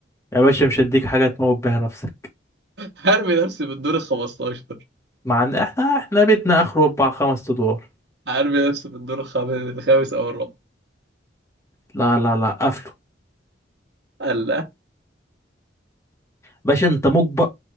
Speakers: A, on the left; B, on the right.
A: يا باشا مش هديك حاجه تموت بيها نفسك
B: <laughs> هرمي نفسي في الدور ال 15
A: مع ان احنا احنا بيتنا اخره اربع خمس ادوار
B: هرمي نفسي في الدور الخامس الخامس او الرابع
A: لا لا لا قفله
B: قال لا
A: باشا انت مجبر